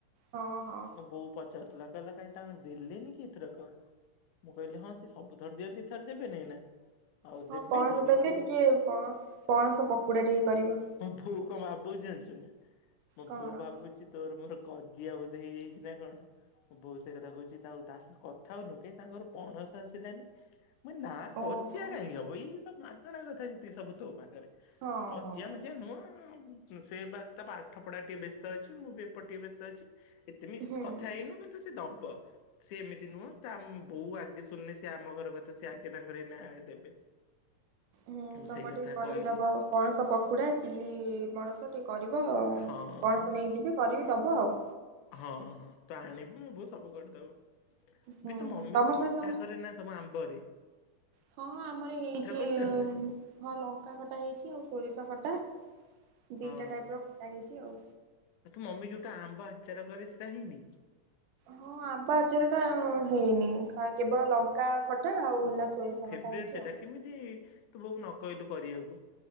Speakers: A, on the right (about 80°); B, on the left (about 75°).
A: ହଁ ହଁ।
B: ବୋଉ ପଚାରୁଥିଲା କହିଲା କାହିଁ ତାଙ୍କର ଦେଲେନି କି ଏ ଥରକ? ମୁଁ କହିଲି ହଁ ସେ ସବୁ ଥର ଦିଅନ୍ତି ଏ ଥର ଦେବେନି ନା। ଆଉ
A: ହଁ
B: ଦେବେ
A: ପଣସ
B: ଯେ କିନ୍ତୁ
A: ଦେଲେ ଟିକେ ପଣସ ପକୁଡା ଟିକେ କରିବ।
B: ମୋ ବୋଉ କଣ ଭାବୁଛି ଯାଞ୍ଚୁ ନା ମୋ
A: କଣ?
B: ବୋଉ ଭାବୁଛି ତୋର ମୋର କଜିଆ ଵୋଲି। ହେଇଯାଇଛି ନା କଣ। ବୋଉ ସେ କଥା କହୁଛି ତା ସ କଥା ହଉନୁ କି କାହି ତାଙ୍କର ପଣସ ଆସିଲାନି। ମେ ନା କଜିଆ
A: ଓହୋ
B: କାହିଁକି ହବ ଏଇ ସବ ମାଗଣା କଥା ଯେତିକି ସବୁ ତୋ ପାଖରେ
A: ହଁ
B: କଜିଆ
A: ହଁ
B: ଯେ ନୁହଁ ସେ ବା ତା ପାଠ ପଢା ଟିକେ ବ୍ୟସ୍ତ ଅଛି ମୁଁ ବି ଏପଟ ଟିକେ ବ୍ୟସ୍ତ ଅଛି। ଏତେ ମ
A: ହୁଁ।
B: କଥା ହେଇନୁ କିନ୍ତୁ ସେ ଦବ। ସେ ଏମିତି ନୁହଁ ତା ବୋଉ ଆଗେ ଶୁଣିଲେ ସେ ଆମ ଘର କଥା ସେ ଆଗେ ତାଙ୍କର ଏଇନା ଦେବେ।
A: ହୁଁ
B: ମୁଁ
A: ତମର
B: ସେଇ କଥା
A: ଟିକେ କରିକି
B: କହିଲି
A: ଦବ। ପଣସ ପକୁଡ଼ା ଚିଲ୍ଲି ପଣସ ଟିକି କରିବ ପଣସ
B: ହଁ ହଁ
A: ନେଇକି ଯିବି କରିକି ଦବ ଆଉ।
B: ହଁ ହଁ ତୁ ଆଣିବୁ ମୁଁ ବ ସବୁ କରିଦବ
A: ହୁଁ
B: ବି ତୁ ମମି
A: ତମର
B: ଖଟା
A: ସେ ତମ
B: କରିରେ ନା ତମ ଆମ୍ବ ରେ।
A: ହଁଁ ଆମର ହେଇଛି
B: କରିଛନ୍ତି ନା
A: ହଁ ଲଙ୍କା ଖଟା ହେଇଛି ଆଉ ସୋରିଷ ଖଟା ଦୁଇଟା
B: ହଁ।
A: ଟାଇପ ର ଖଟା ହେଇଛି ଆଉ।
B: ଆଉ ତୁ ମମି ଯୋଉଟା ଆମ୍ବ ଆଚାର କରେ ସେଇଟା ହେଇନି?
A: ହଁ ଆମ୍ବ ଆଚାର ଟା ହେଇନି କେବଳ ଲମ୍ ଙ୍କାଖଟା ଆଉ ହେଲା ସୋରିଷ
B: ଫେବରେଟ
A: ଖଟା ହେଇଛି
B: ସେଇଟା
A: ଆଉ।
B: କେମିତି ତୁ ବୋଉକୁ ନ କହିଲୁ କରିବାକୁ